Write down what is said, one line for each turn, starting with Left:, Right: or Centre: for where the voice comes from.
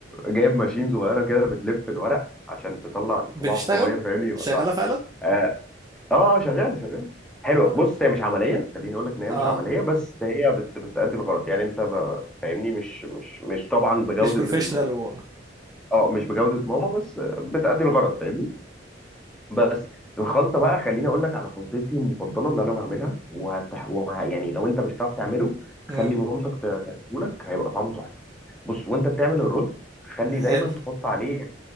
Centre: جايب ماشين صغيره كده بتلف الورق عشان تطلع الصباع
Right: بتشتغل
Centre: صغير فاهمني يبقى
Right: شغاله
Centre: طع-
Right: فعلا
Centre: اه آه، شغاله شغاله حلو
Right: اه
Centre: بص هي مش عمليه خليني اقول لك ان هي
Right: آه،
Centre: مش عمليه بس هي بت بتأدي الغرض يعني انت ب- فاهمني مش مش مش طبعا بجوده
Right: مش بروفيشنال
Centre: ال...
Right: و
Centre: اه مش بجوده ماما بس آه، بتأدي الغرض فاهمني بس الخلطه بقى خليني اقول لك على خلطتي المفضله اللي انا بعملها وهتح... وه... يعني لو انت مش هتعرف تعمله خلي
Right: مم،
Centre: مامتك ت- تعمله لك هيبقى طعمه تحفه بص وانت بتعمل الرز خلي
Right: حلو
Centre: دايما تحط عليه